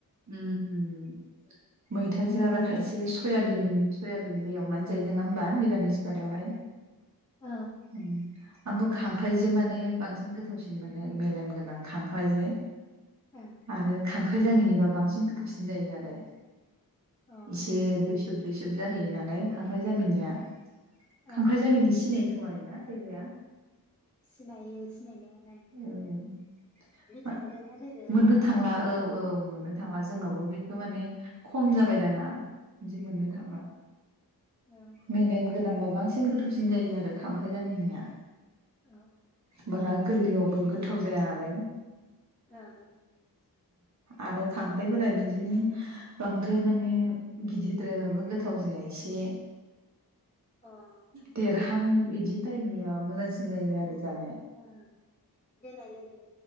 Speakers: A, on the right; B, on the left.
A: ओम ओम मैथाजों
B: नोंलाय
A: आरो खायसे
B: लोगो
A: सयाबिन सयाबिनबो एवनानै जायो नङा होनोमबा निरामिस बारायावहाय
B: औ
A: ओम आंथ' खांख्राइजों माने बांसिन गोथावसिन मानो मेलेम गोनां खांख्राइजोें
B: औ
A: आरो खां <unintelligible> बांसिन गोथावसिन जायो आरो
B: ओं
A: इसे दैसोब दैसोब जाहैयो नालाय खांख्राय जामिनिया
B: अ ओं
A: खांख्राइ जामिनि
B: ओं
A: सिनाय <unintelligible> ना लोगोआ
B: सिनायो सिनायनाया
A: औ
B: थांलियाना लोगो
A: मोननो थांला
B: जों
A: औ औ मोननो थांला जोंनावबो बेखौ माने खम जाबाय दाना बिदि मोननो थांला
B: औ
A: मेलेम गोनांबा बांसिन गोथावसिन जायो आरो खांख्राइ जामिनिया
B: औ
A: बारा गोरलैआवबो
B: गोदो
A: गोथाव जायो। जानालाय।
B: ओं ओ
A: आरो खांख्राइफोरा बिदिनो बांद्राय माने गिदिरद्रायबाबो गोथाव जाया एसे
B: ओं
A: देर थां बिदि टाइमनिया मोजांसिन जायो आरो जानो
B: ओं दोननाय लोगो